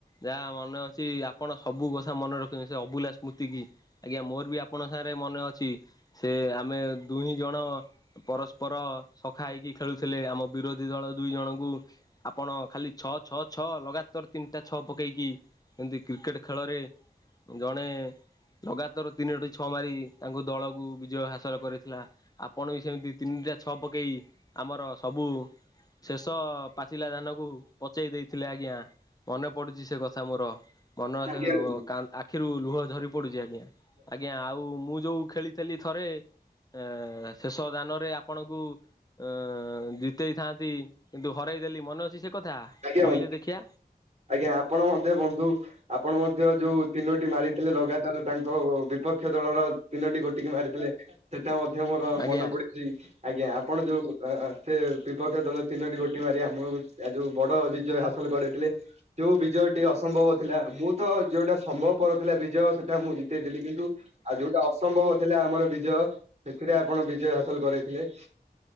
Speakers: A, on the left; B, on the right.
A: ଯାହା ମନେ ଅଛି ଆପଣ ସବୁ କଥା ମନେ ରଖିଛନ୍ତି ସେ ଅଭୁଲା ସ୍ମୃତି କି ଆଜ୍ଞା ମୋର ବି ଆ ଆପଣ ସାଙ୍ଗରେ ମନେ ଅଛି ସେ ଆମେ ଦୁହି ଜଣ ପରସ୍ପର ସଖା ହେଇକି ଖେଳୁଥିଲେ ଆମ ବିରୋଧୀ ଦଳ ଦୁଇ ଜଣଙ୍କୁ ଆପଣ ଖାଲି ଛଅ ଛଅ ଛଅ ଲଗାତର ତିନିଟା ଛଅ ପକେଇକି ଏମିତି କ୍ରିକେଟ ଖେଳରେ ଜଣେ ଲଗାତର ତିନୋଟି ଛଅ ମାରିକି ତାଙ୍କ ଦଳକୁ ବିଜୟ ହାସଲ କରିଥିଲା। ଆପଣ ବି ସେମିତି ତିନିଟା ଛଅ ପକେଇ ଆମର ସବୁ ଶେଷ ପାଚିଲା ଧାନକୁ ପଚେଇ ଦେଇଥିଲେ ଆଜ୍ଞା ମନେ ପଡୁଛି ସେ କଥା ମୋର ମନ ଅଛି
B: ଆଜ୍ଞା ବନ୍ଧୁ
A: କା ଆ ଆଖିରୁ ଲୁହ ଝରି ପଡୁଛି ଆଜ୍ଞା ଆଜ୍ଞା ଆଉ ମୁଁ ଯୋଉ ଖେଳିଥିଲି ଥରେ ଆଁ ଶେଷ ଦାନରେ ଆପଣଙ୍କୁ ଅଁ ଜିତେଇଥାନ୍ତି କିନ୍ତୁ ହରେଇ ଦେଲି ମନେ ଅଛି ସେ କଥା?
B: ଆଜ୍ଞା
A: କହିଲେ
B: ବନ୍ଧୁ
A: ଦେଖିଆ
B: ଆଜ୍ଞା ଆପଣ ମତେ ବନ୍ଧୁ ଆପଣ ମଧ୍ୟ ଯୋଉ ତିନୋଟି ମାରିଥିଲେ ଲଗାତାର ତାଙ୍କ ବିପକ୍ଷ ଦଳର ତିନୋଟି ଗୋଟିକି ମାରିଥିଲେ। ସେଟା ମଧ୍ୟ ମୋର
A: ଆଜ୍ଞା
B: ମନେ ପଡିଚି ଆଜ୍ଞା ଆପଣ ଯୋଉ ସେ ବିପକ୍ଷ ଦଳର ତିନୋଟି ଗୋଟି ମାରି ଆମକୁ ଆ ବଡ ବିଜୟ ହାସଲ କରେଇଥିଲେ ଯୋଉ ବିଜୟଟି ଅସମ୍ଭବ ଥିଲା ମୁଁ ତ ଯୋଉଟା ସମ୍ଭବ ପର ଥିଲା ବିଜୟ ସେଟା ମୁଁ ଜି ଜିତିଥିଲି କିନ୍ତୁ ଆଉ ଯୋଉଟା ଅସମ୍ଭବ ଥିଲା ଆମର ବିଜୟ। ସେଥିରେ ଆପଣ ବିଜୟ ହାସଲ କରେଇଥିଲେ।